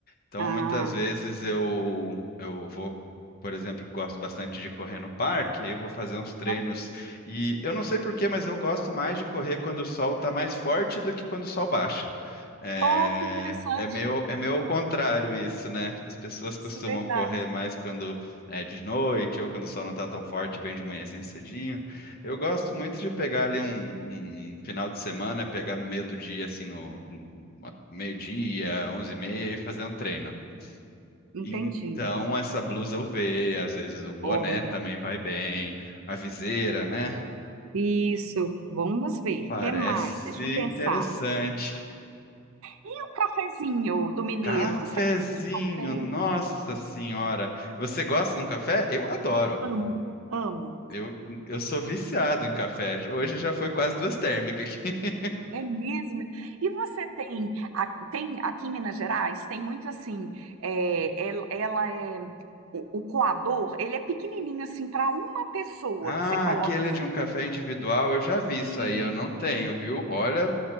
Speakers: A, on the left; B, on the right.
A: Então,
B: Ah,
A: muitas vezes eu, eu vou, por exemplo, gosto bastante de correr no parque, eu vou fazer uns treinos
B: então-
A: e eu não sei por quê, mas eu gosto mais de correr quando o sol está mais forte do que quando o sol baixa. É,
B: oh, que interessante.
A: é meio, é meio ao contrário isso, né? Porque as pessoas
B: Isso,
A: costumam
B: verdade.
A: correr mais quando é de noite ou quando o sol não está tão forte, bem de manhãzinha cedinho. Eu gosto muito de pegar ali um, um final de semana, pegar no meio do dia, assim, no no- meio-dia, onze e meia e fazer um treino. Então,
B: Entendi.
A: essa blusa UV, às vezes um boné
B: Olha,
A: também vai bem, uma viseira, né?
B: isso. Vamos ver.
A: Parece
B: O Que mais? Deixa eu pensar.
A: interessante.
B: E o cafezinho do mineiro?
A: Cafezinho,
B: Você gosta de café?
A: nossa senhora. Você gosta de um café? Eu adoro.
B: Amo, amo.
A: Eu, eu sou viciado em café. Hoje já foi quase duas térmicas aqui. <laughs>
B: É mesmo. E você tem, a- tem aqui em Minas Gerais, tem muito assim, é, el- ela, é, o, o coador, ele é pequenininho assim para uma pessoa
A: Ah,
B: que você coloca
A: aquele
B: assim
A: de um café individual, eu já vi isso
B: e...
A: aí, eu não tenho, viu? Olha,